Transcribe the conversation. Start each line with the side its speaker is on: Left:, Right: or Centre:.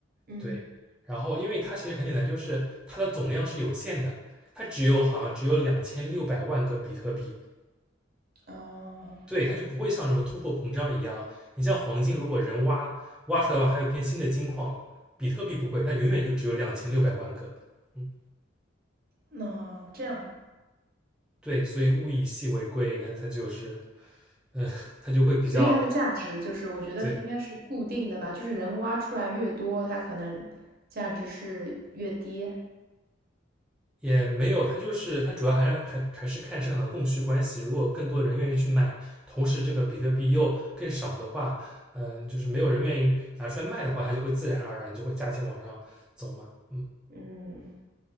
Right: 嗯，
Centre: 对。然后，因为它其实很简单，就是它的总量是有限的，它只有好像只有两千六百万个比特币，
Right: 哦，
Centre: 对，它就不会像什么通货膨胀一样。你像黄金，如果人挖挖出来的话，还有一片新的金矿，比特币不会，它永远就只有两千六百万个。嗯。
Right: 那这样，
Centre: 对，所以物以稀为贵，它它就是，嗯，它就会比较，
Right: 所以它的价值就是，我觉得是应该是固定的吧，
Centre: 对，
Right: 就是人挖出来越多，它可能价值是越低。
Centre: 也没有，它就是它主要还是还还是看市场的供需关系。如果更多人愿意去买，同时这个比特币又更少的话，嗯，就是没有人愿意拿出来卖的话，它就会自然而然就会价钱往上走嘛。嗯，
Right: 嗯，